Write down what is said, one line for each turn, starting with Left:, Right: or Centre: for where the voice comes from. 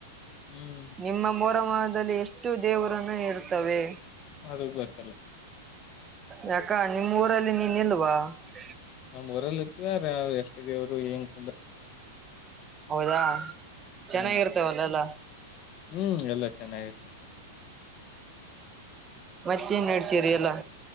Left: ಹ್ಮ್
Right: ನಿಮ್ಮ ಮೋರಮದಲ್ಲಿ ಎಷ್ಟು ದೇವರನ್ನು ಇರ್ತವೆ
Left: ಅದು ಬೆ <inaudible>
Right: ಯಾಕ ನಿಮ್ಮ್ ಊರಲ್ಲಿ ನೀ <unintelligible> ಇಲ್ಲವಾ <unintelligible>
Left: ನ್ ರಲ್ಲಿ <unintelligible> ಾರ್ ಎಷ್ಟ ದೇವ್ರು ಹೆಂಗ <inaudible>
Right: ಹೌದಾ ಚೆನ್ನಾಗಿರ್ತವಲ್ಲಲ್ಲ
Left: ಹ್ಮ್ ಹ್ಮ್ ಎಲ್ಲ ಚೆನ್ನಾಗಿರ್ತದೆ
Right: ಮತ್ತನ್ ಸರಿಯಲ್ಲಾ